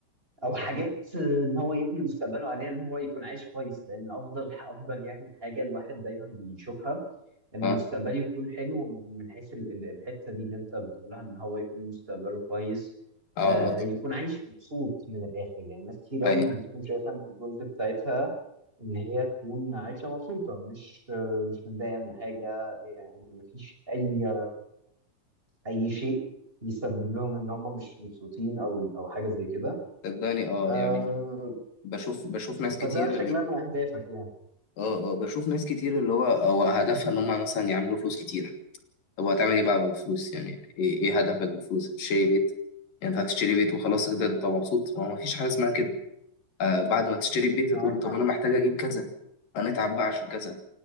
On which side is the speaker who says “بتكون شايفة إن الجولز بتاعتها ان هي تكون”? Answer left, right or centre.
Right